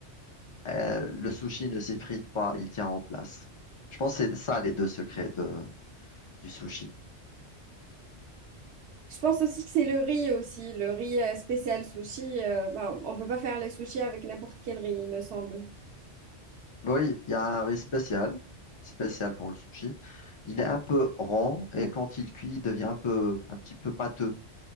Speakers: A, on the left (about 55°); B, on the right (about 70°).
A: euh, le sushi ne s'effrite pas, il tient en place. Je pense que c'est ça les deux secrets de, du sushi.
B: Je pense aussi que c'est le riz aussi. Le riz euh, spécial sushi. euh, ben, on peut pas faire les sushis avec n'importe quel riz, il me semble.
A: Oui, il y a un riz spécial, spécial pour le sushi. Il est un peu rond et quand il cuit, il devient un peu, un petit peu pâteux.